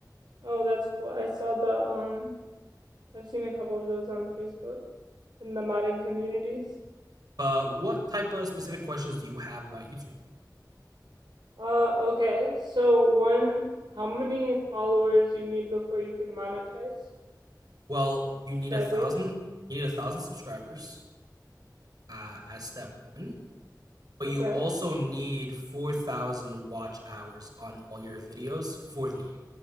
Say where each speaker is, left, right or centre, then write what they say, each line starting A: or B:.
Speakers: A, on the right; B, on the right.
A: Oh, that's cool. I saw the um I've seen a couple of those on Facebook in the modding communities.
B: But uh, what type of specific questions do you have about YouTube?
A: Uh okay. So one how many followers you need before you can monetize
B: Well,
A: or
B: you
A: subscribers?
B: need a thousand. You need a thousand subscribers. uh, as step one, but
A: Okay.
B: you also need 4,000 watch hours on all your videos for the year.